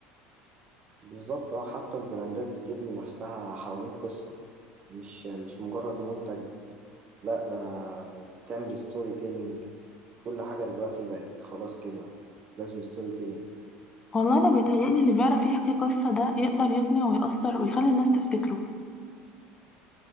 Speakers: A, on the right (about 40°); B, on the left (about 25°).
A: بالظبط اه حتى البراندات بتبني نفسها حوالين قصة مش مش مجرد منتج لا ده بتعمل ستوري تيلينج كل حاجة دلوقتي بقت خلاص كده لازم ستوري تيلينج
B: والله أنا بيتهيألي اللي بيعرف يحكي قصة ده يقدر يقنع ويأثر ويخلي الناس تفتكره